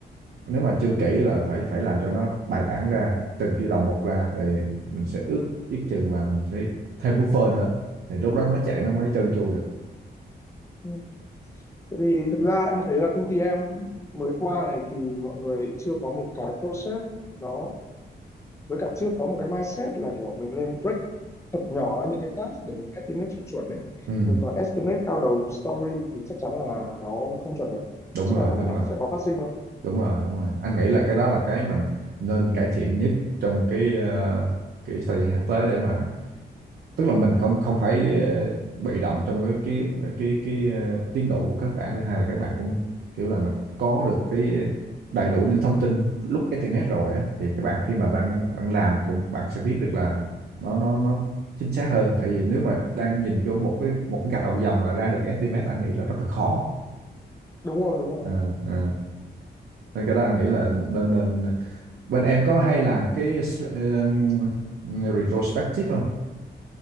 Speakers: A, on the right; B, on the left.
A: nếu mà chưa kỹ là phải phải làm cho nó bài bản ra, từng cái đầu một ra rồi mình sẽ ước ước chừng và mình sẽ thêm buffer nữa. Thì lúc đó nó mới chạy nó mới trơn tru được.
B: ừ. Tại vì thực ra em thấy là công ty em mới qua này thì mọi người chưa có một cái process nó với cả chưa có một cái mindset là kiểu mình lên break thật nhỏ những cái task để mình estimate cho chuẩn đấy
A: Ừ,
B: mình toàn estimate cao đầu story thì chắc chắn là nó không chuẩn được
A: đúng
B: chắc
A: rồi,
B: chắn lúc
A: đúng
B: nào
A: rồi.
B: cũng sẽ có phát sinh thôi
A: Đúng rồi, đúng rồi. Anh nghĩ là cái đó là cái mình nên cải thiện nhất trong cái ờ, cái thời gian sắp tới để mà tức là mình không không phải ờ, bị động trong cái cái cái cái ờ, tiến độ của các bạn thứ hai là các bạn cũng kiểu là nó có được cái đầy đủ những thông tin lúc estimate rồi á thì các bạn khi mà bạn bạn làm thì cũng bạn sẽ biết được là nó nó nó chính xác hơn tại vì nếu mà đang nhìn vô một cái một cái gạch đầu dòng mà ra được cái estimate anh nghĩ là rất là khó
B: đúng rồi đúng rồi
A: Ờ, ờ. nên cái đó anh nghĩ là
B: Ờ.
A: nên nên bên em có hay làm cái str- ừm, retrospective không